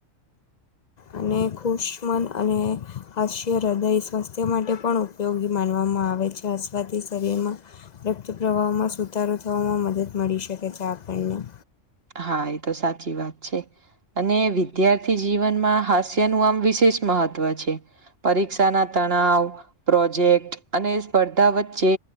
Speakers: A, on the left; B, on the right.
A: અને ખુશ્મન અને હાસ્ય હૃદય સ્વાસ્થ્ય માટે પણ ઉપ પયોગી માનવામાં આવે છે અસવાથી શરીરમાં રક્ત પ્રવાહમાં સુધારો થવામાં મદદ મળી શકે છે આપણને.
B: હા એ તો સાચી વાત છે. અને વિદ્યાર્થી જીવનમાં હાસ્યનું આમ વિશેષ મહત્વ છે. પરીક્ષા ના તણાવ પ્રોજેક્ટ અને સ્પર્ધા વચ્ચે